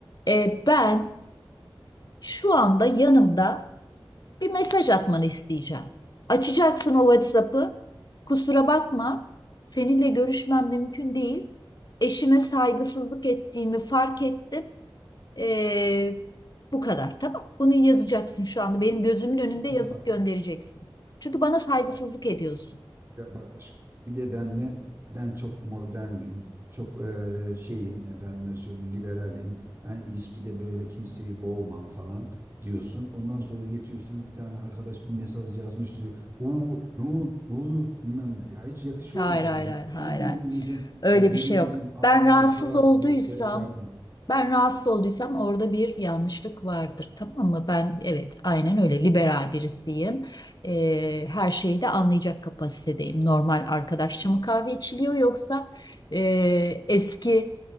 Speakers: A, on the left; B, on the right.
A: E, ben şu anda yanımda bir mesaj atmanı isteyeceğim. Açacaksın o WhatsApp'ı. Kusura bakma, seninle görüşmem mümkün değil. Eşime saygısızlık ettiğimi fark ettim. E, bu kadar, tamam. Bunu yazacaksın şu anda.
B: Ya
A: Benim gözümün
B: sonra
A: önünde yazıp
B: bak,
A: göndereceksin. Çünkü bana saygısızlık
B: bak, bak.
A: ediyorsun.
B: Ya bak aşk bir de benle ben çok modernim, çok e, şeyim efendim söyleyeyim liberalim. Ben ilişkide böyle kimseyi boğmam falan diyorsun. Ondan sonra da getiriyorsun bir tane arkadaş bir mesaj yazmış diyor. Oo, ne oldu, ne oldu bilmem ne. Ya hiç yakışıyor
A: Hayır,
B: mu sana
A: hayır,
B: ya?
A: hayır, hayır,
B: Hani birbirimizin
A: hayır. Öyle
B: e, birbirimizin
A: bir şey yok.
B: alanına
A: Ben rahatsız
B: bu kadar
A: olduysam,
B: girip de şey yapma.
A: ben rahatsız olduysam orada bir yanlışlık vardır, tamam mı? Ben evet, aynen öyle liberal birisiyim. Ee, her şeyi de anlayacak kapasitedeyim. Normal arkadaşça mı kahve içiliyor yoksa e, eski